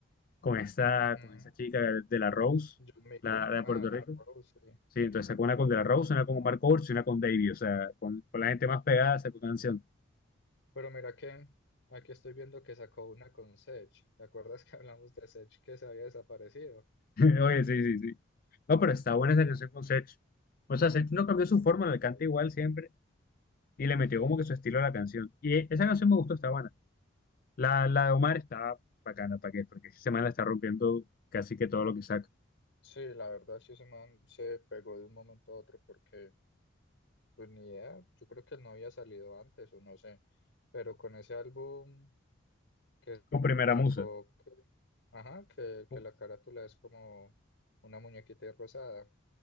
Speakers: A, on the left; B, on the left.
A: con esta,
B: ujú.
A: con esta chica de la Rose,
B: John Mico.
A: la, la de
B: Ah,
A: Puerto
B: de
A: Rico.
B: la Rose, sí.
A: Sí, entonces sacó
B: De
A: una
B: la
A: con
B: Rose.
A: De La Rose, una con Omar Courtz y una con Davey, o sea, con, con la gente más pegada sacó canción.
B: Pero mira que aquí estoy viendo que sacó una con Sech. ¿Te acuerdas <laughs> que hablamos de Sech que se había desaparecido?
A: <laughs> Oye, sí, sí, sí. No, pero está buena esa canción con Sech. O sea, Sech no cambió su
B: Ok,
A: forma,
B: ok.
A: le canta igual siempre y le metió
B: Sí.
A: como que su estilo a la canción. Y e- esa canción me gustó, está buena. La, la de Omar está bacana, ¿para qué? Porque ese man la está rompiendo casi que todo lo que saca.
B: Sí, la verdad, sí, ese man se pegó de un momento a otro porque, pues ni idea, yo creo que él no había salido antes o no sé, pero con ese álbum que
A: Con Primera
B: sacó,
A: Musa.
B: que- ajá, que, que
A: Uf,
B: la carátula es como una muñequita rosada.